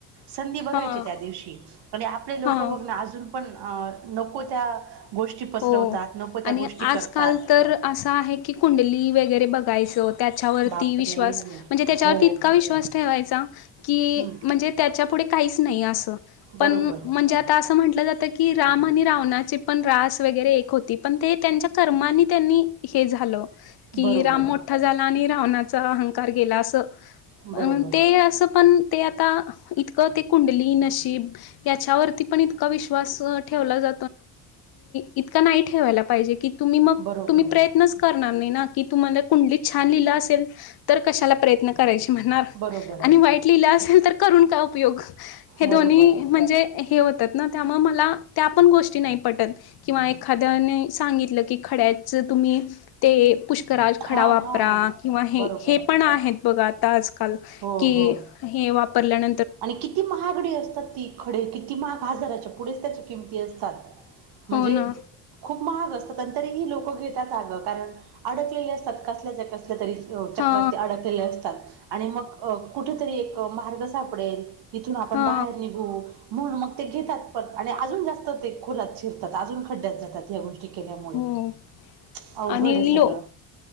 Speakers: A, on the right; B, on the left.
A: संधी बघायचे
B: हां
A: त्या दिवशी. आणि आपले लोक
B: हां
A: बघ ना अजून पण अ नको त्या गोष्टी पसरवतात
B: हो
A: नको त्या
B: आणि
A: गोष्टी
B: आजकाल
A: करतात
B: तर असं आहे की कुंडली वगैरे बघायचं हो त्याच्यावरती
A: बापरे
B: विश्वास म्हणजे त्याच्यावरती
A: हो
B: इतका विश्वास ठेवायचा की,
A: हम्म
B: म्हणजे त्याच्या पुढे काहीच नाही अस.
A: बरोबर
B: पण म्हणजे अस म्हटल जात की राम आणि रावणाची पण रास स वगैरे एक होती. पण ते त्यांच्या कर्मानी त्यांनी हे झालं. कि
A: बरोबर
B: राम मोठा झाला. आणि रावणाचा अहंकार गेला. असं
A: बरोबर
B: अ ते असं पण ते आता इतकं ते कुंडली नशीब याच्यावरती पण इतका विश्वास ठेवला जातो इतका नाही ठेवायला पाहिजे क तुम्ही मग
A: बरोबर
B: तुम्ही प्रयत्नच करणार नाही. की तुम्हांला कुंडली छान लिहिलं असेल तर कशाला प्रयत्न करायचे. म्हणार
A: बरोबर
B: आणि वाईट लिहिलं असेल तर करून काय उपयोग? हे दोन्ही
A: बरोबर
B: म्हणजे हे होतात ना त्यामुळे मला त्या पण गोष्टी नाही पटत. एखाद्याने सांगितलं की खड्याच तुम्ही ते पुष्कराज खडा
A: हां
B: वापरा.
A: हां
B: किंवा हे
A: बरोबर
B: पण आहेत बघा. आता आजकाल
A: हो
B: की
A: हो
B: हे वापरल्यान
A: आणि किती महागडी असतात ती खडे किती महाग हाजाराच्या पुढेच त्याच्या किमती असतात. म्हणजे
B: हो ना
A: खूप महाग असतातं तरीही लोकं घेतात, आगं कारण अडकलेले असतात कासल्या ज कस तरी चक्रात
B: हा
A: अडकलेले असतात. आणि मग कुठतरी एक मार्ग सापडेल इथून आपण
B: हा
A: बाहेर निघू म्हणून मग ते घेतात, पण आणि अजून जास्त ते खोलात शिरतात, अजून खड्ड्यात जातात ह्या गोष्टी केल्यामुळे
B: हो
A: अवघड
B: आणि
A: आहे सगळं.
B: लो